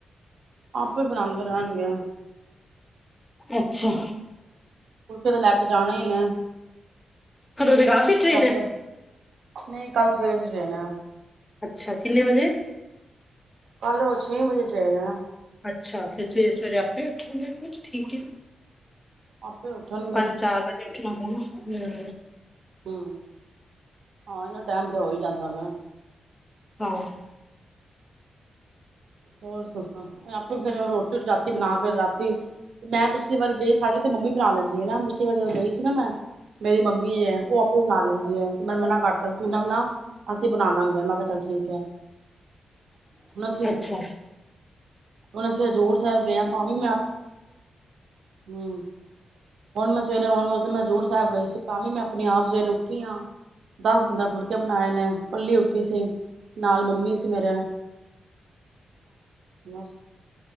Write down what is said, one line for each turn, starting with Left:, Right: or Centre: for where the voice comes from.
Right: ਆਪੇ ਬਨਾਂਦੇ ਰੇਣਗੇ।
Left: ਅੱਛਾ
Right: ਫੁਲਕੇ ਤੇ ਲੈ ਕੇ ਜਾਨੇ ਇ
Left: ਕਦੋਂ ਦੀ ਰਾਤ ਦੀ ਟ੍ਰੇਨ
Right: ਬਰਾਬਰ।
Left: ਹੈ
Right: ਨਹੀਂ ਕੱਲ ਸਵੇਰ ਜਾਣੇ।
Left: ਅੱਛਾ ਕਿੰਨੇ ਵਜੇ।
Right: ਕੱਲ ਛੇ ਵਜੇ ਟ੍ਰੇਨ ਏ।
Left: ਅੱਛਾ ਫਿਰ ਸਵੇਰੇ ਸਵੇਰੇ ਆਪੇ ਉਠਾਂਗੇ ਫਿਰ ਠੀਕ ਹੈ।
Right: ਆਪੇ ਉੱਠਣਗੇ
Left: ਪੰਜ ਚਾਰ ਵਜੇ ਉੱਠਣਾ ਪੈਣਾ
Right: ਹੂੰ ਆਣੇ ਦਾ ਟਾਈਮ ਤੇ ਹੋ ਹੀ ਜਾਂਦਾ ਮੈਂ
Left: ਆਹੋ।
Right: ਹੋਰ ਸੱਸ ਆਪੇ ਫਿਰ ਰੋਟੀ ਰਾਤੀ ਬਣਾ ਕੇ ਰਾਤੀ ਮੈਂ ਪਿਛਲੀ ਵਾਰੀ ਗਈ ਸਾਡੀੇ। ਮੰਮੀ ਬਣਾ ਲੈਂਦੀ ਹੈ ਨਾ ਪਛੇ ਵਾਰ ਜਦੋਂ ਗਈ ਸੀ ਨਾ ਮੈਂ ਮੇਰੀ ਮੰਮੀ ਹੈ ਉਹ ਆਪੇ ਬਣਾ ਲੈਂਦੀ ਹੈ। ਤੇ ਮੈਂ ਮਨਾ ਕਰਤਾ ਸੀ ਤੂੰ ਨਾ ਵੀ ਨਾ ਅਸੀਂ ਬਣਾ ਲਾਂਗੇ ਮੈਂ ਕਿਹਾ ਚੱਲ ਠੀਕ ਹੈ। ਹੁਣ ਅਸੀਂ
Left: ਅੱਛਾ।
Right: ਹੁਣ ਅਸੀਂ ਹਜੂਰ ਸਾਹਿਬ ਗਿਆ ਤਾਂ ਵੀ ਮੈਂ ਹੂੰ ਹੁਣ ਮੈਂ ਸਵੇਰੇ ਹੁਣ ਉਸਦੇ ਹਜੂਰ ਸਾਹਿਬ ਗਏ ਸੀ। ਤਾਂ ਵੀ ਮੈਂ ਆਪਣੇ ਆਪ ਸਵੇਰੇ ਉੱਠੀ ਹਾਂ ਦਸ ਪੰਦਰਾਂ ਫੁਲਕੇ ਬਣਾਏ ਨੇ ਕੱਲੀ ਉੱਠੀ ਸੀ। ਨਾਲ ਮੰਮੀ ਸੀ ਮੇਰੇ। ਮਸ